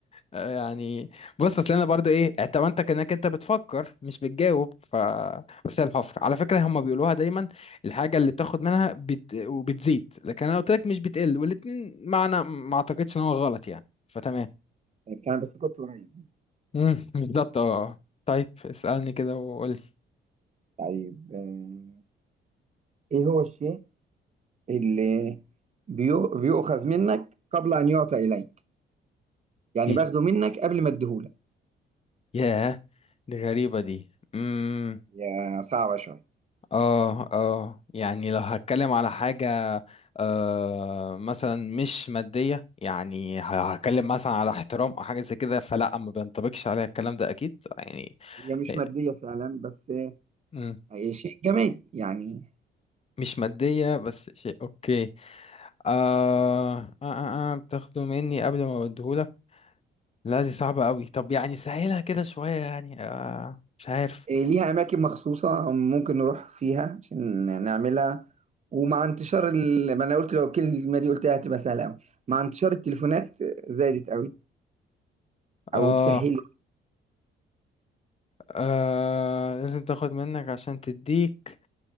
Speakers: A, on the left; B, on the right.
A: يعني بص اصل انا برضه ايه اعتمدتك انك انت بتفكر مش بتجاوب ف بس هي الحفر على فكره هم بيقولوها دايما الحاجه اللي بتاخد منها بت... وبتزيد لكن انا قلت لك مش بتقل والاتنين معنى ما اعتقدش ان هو غلط يعني فتمام
B: كان بس كنت قريب
A: امم <laughs> بالظبط اه آه. طيب اسالني كده وقول لي
B: طيب آه، ايه هو الشيء اللي بيو- بيؤخذ منك قبل أن يعطى إليك يعني
A: بيت
B: باخده منك قبل ما اديهولك
A: ياه دي غريبه دي امم
B: هي صعبة شوية
A: اه اه يعني لو هتكلم على حاجة آه مثلا مش مادية يعني ه- هتكلم مثلا على احترام او حاجة زي كده فلا ما بينطبقش عليها الكلام ده اكيد يعني
B: هي مش
A: إيه،
B: مادية فعلا بس
A: مم،
B: هي شيء جماد يعني
A: مش مادية بس شيء اوكي آه آه آه آه، بتاخده مني قبل ما بديهولك لا دي صعبة قوي طب يعني سهلها كده شوية يعني آه مش عارف
B: ليها أماكن مخصوصة ممكن نروح فيها عشان نعملها ومع انتشار ال... ما أنا قلت لو الكلمة دي قلتها هتبقى سهلة أوي مع انتشار التليفونات زادت أوي
A: آه
B: أو تسهل
A: آه لازم تاخد منك عشان تديك